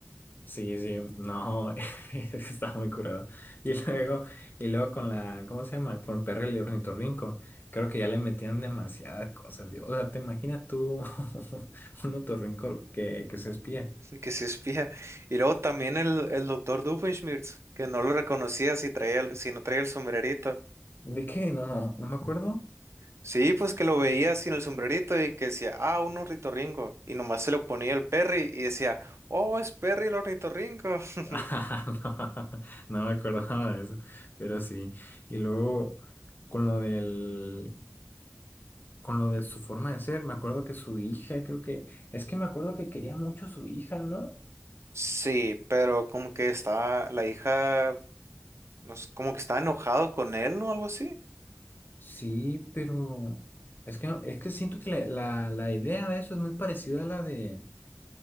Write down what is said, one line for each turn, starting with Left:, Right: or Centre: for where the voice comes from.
Left: Sí, sí, no, <laughs> está muy curado. Y luego, y luego con la, ¿cómo se llama? Con Perry el ornitorrinco, creo que ya le metían demasiadas cosas, Dios. O sea, ¿te imaginas tú <laughs> un ornitorrinco que, que se espía?
Right: que se espía. Y luego también el, el doctor Doofenshmirtz, que no lo reconocía si traía, el- si no traía el sombrerito.
Left: ¿De qué? No, no, no me acuerdo. <laughs>
Right: Sí, pues que lo veía sin el sombrerito y que decía, ah, un ornitorrinco. Y nomás se lo ponía el Perry y decía, oh, es Perry el ornitorrinco. <laughs>
Left: Ah, No, no me acordaba de eso, pero sí. Y luego, con lo del, con lo de su forma de ser, me acuerdo que su hija, creo que, es que me acuerdo que quería mucho a su hija, ¿no?
Right: Sí, pero como que estaba la hija, no sé, como que estaba enojado con él, ¿no? Algo así.
Left: Sí, pero es que no- es que siento que la, la, la idea de eso es muy parecida a la de